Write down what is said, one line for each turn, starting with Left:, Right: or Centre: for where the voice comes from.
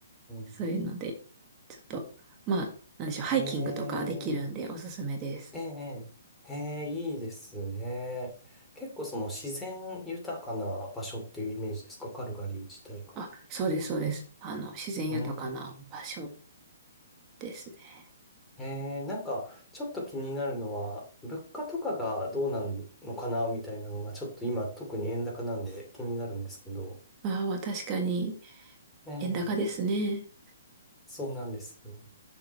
Right: そういうので、
Centre: ん。
Right: ちょっと、まあ、なんでしょう、ハイキングとかできるんでおすすめです。
Centre: ええええ、ええ、いいですね。結構その自然豊かな場所っていうイメージですか、カルガリー自体が。
Right: あ、そうです、そうです。あの、自然豊かな場所
Centre: うーん。
Right: ですね。
Centre: ええ、なんか、ちょっと気になるのは、物価とかがどうなんのかな、みたいなのが、ちょっと今、特に円高なんで気になるんですけど。
Right: ああ、確かに、
Centre: ええ、
Right: 円高ですね。
Centre: そうなんですよ。